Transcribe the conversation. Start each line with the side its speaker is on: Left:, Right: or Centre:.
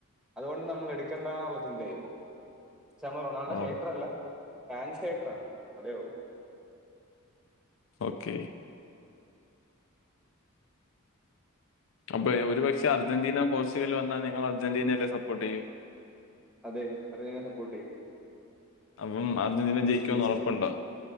Centre: അതുകൊണ്ട് നമ്മൾ എടുക്കണ്ട എന്നുള്ള ചിന്തായി ഇപ്പോ പക്ഷെ നമ്മൾ റൊണാൾഡോ
Left: ഓ
Centre: ഹേറ്റർ അല്ല ഫാൻസ് ഹേറ്റർ ആണ് അതേ ഉള്ളൂ
Left: ഓക്കേ അപ്പൊ ഒരു പക്ഷെ അർജന്റീന പോർച്ചുഗൽ വന്നാൽ നിങ്ങൾ അർജന്റീനലെ സപ്പോർട്ട് ചെയ്യൂ
Centre: അതെ അറജൻ്റീന സപ്പോർട്ട് ചെയ്യും
Left: അപ്പം അർജന്റീന
Centre: മെസ്സി
Left: ജയിക്കുന്ന്
Centre: മെസ്സിക്ക്
Left: ഉറപ്പുണ്ടോ